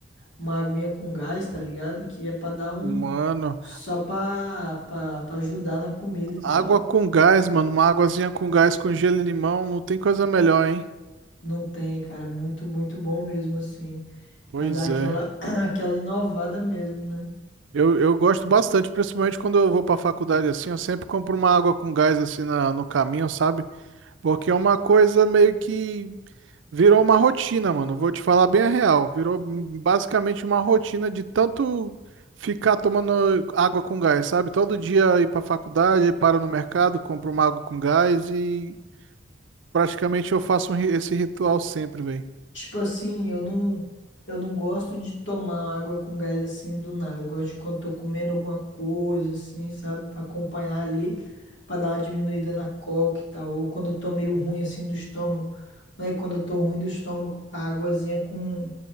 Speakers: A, on the left; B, on the right.
A: uma aguinha com gás, tá ligado? Que é pra dar um.
B: Mano,
A: Só pra, pra, pra ajudar na comida e tal.
B: Água com gás, mano. Uma águazinha com gás, com gelo e limão, não tem coisa melhor, hein?
A: Não tem, cara, é muito, muito bom mesmo, assim.
B: Pois
A: Pra dar aquela,
B: é.
A: <clears throat> aquela inovada mesmo, né?
B: Eu, eu gosto bastante, principalmente quando eu vou pra faculdade assim, eu sempre compro uma água com gás assim na- no caminho, sabe? Porque é uma coisa meio que virou uma rotina, mano. Vou te falar bem a real. Virou basicamente uma rotina de tanto ficar tomando água com gás, sabe? Todo dia ir pra faculdade, paro no mercado, compro uma água com gás e praticamente eu faço um ri- esse ritual sempre, velho.
A: Tipo assim, eu não, eu não gosto de tomar água com gás assim do nada. Eu gosto de quando tô comendo alguma coisa assim, sabe? Pra acompanhar ali, pra dar uma diminuída na coca e tal. Ou quando eu tô meio ruim assim do estômago. Né? Quando eu tô ruim do estômago, a águazinha com,